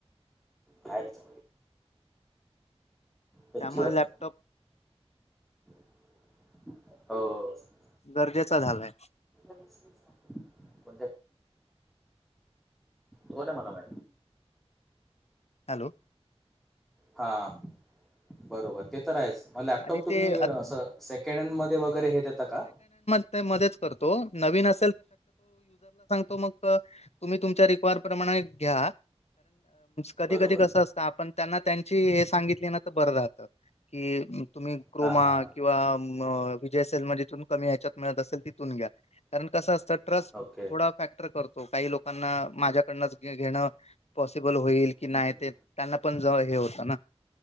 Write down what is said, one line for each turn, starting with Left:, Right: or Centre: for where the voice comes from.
Centre: बाहेरच गच्चीवरच.
Left: त्यामुळे लॅपटॉप
Centre: हो
Left: गरजेचा झालाय.
Centre: <inaudible> तो ना मला मा
Left: हॅलो.
Centre: हा. बरोबर ते तर आहेच मग लॅपटॉप
Left: आणि
Centre: तुम्ही
Left: ते
Centre: असं सेकंड हँड मध्ये वगैरे हे देता का?
Left: मदत करतो नवीन ो तुम्ही त घ. कधी
Centre: बरोबर.
Left: कधी कस असत आपण त्यांना त्यांची हे सांगितली ना बर रात की तुम्ही क्रोमा
Centre: हां, हां, हां.
Left: किंवा अ विजय असेल मग जिथून कमी ह्याच्यात मिळत असेल तिथून घ्या कारण कसं असतं.
Centre: ओके.
Left: थोडा फॅक्टर करतो काही लोकांना माझ्याकडनच घेणं पॉसिबल होईल की नाही
Centre: हं, हं.
Left: ते त्यांना पण ज हे होत ना.